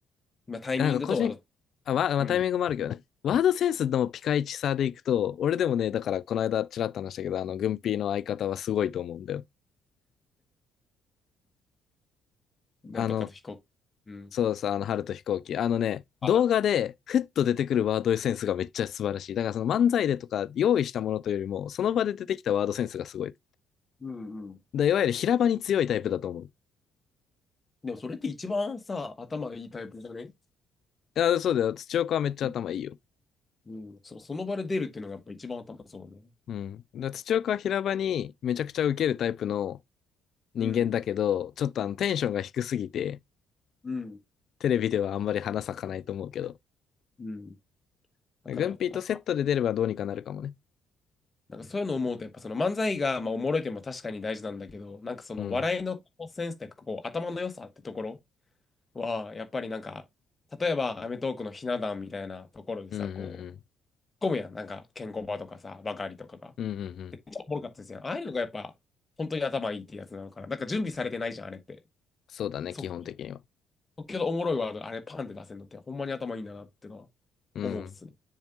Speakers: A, on the left; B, on the left.
A: まあ、タイミングとワード、
B: なんか個人、あ、わ、まあ、
A: うん。
B: タイミングもあるけどね。ワードセンスのピカイチさでいくと、俺でもね、だからこの間ちらっと話したけど、あの、軍ピーの相方はすごいと思うんだよ。
A: なんとかと飛行。
B: あの、
A: うん。
B: そうそう、あの、春と飛行機。あのね、
A: あ、
B: 動画でふっと出てくるワードセンスがめっちゃ素晴らしい。だからその漫才でとか用意したものというよりも、その場で出てきたワードセンスがすごい。
A: うんうん。
B: だ、いわゆる平場に強いタイプだと思う。
A: でも、それって一番さ、頭がいいタイプじゃね
B: いや、そうだよ。土岡はめっちゃ頭いいよ。
A: うん、うんその、その場で出るっていうのがやっぱ一番頭そうだね。
B: うん。だから土岡は平場にめちゃくちゃ受けるタイプの、人間だけど、
A: うん。
B: ちょっとあのテンションが低すぎて、
A: うん。
B: テレビではあんまり花咲かないと思うけど、
A: うん。だから、
B: グンピーとセットで出ればどうにかなるかもね。
A: あなんかそういうのを思うと、やっぱその漫才が、まあ、おもろいっていうのも確かに大事なんだけど、なんかその笑いのセンスというか、
B: うん。
A: こう、頭の良さってところは、やっぱりなんか、例えば、アメトーークのひな壇みたいなところでさ、
B: うんうんうん。
A: こう、混むやん。なんか、ケンコバとかさ、ばかりとかが。
B: うんうんうん。
A: で、めっおもろかったですよ。ああいうのがやっぱ、本当に頭いいってやつなのかな。なんか準備されてないじゃん、あれって。
B: そうだね、
A: 即
B: 基本的には。
A: 興のおもろいワード、あれパンって出せるのって、ほんまに頭いいんだなってのは
B: うん。
A: 思うっすね。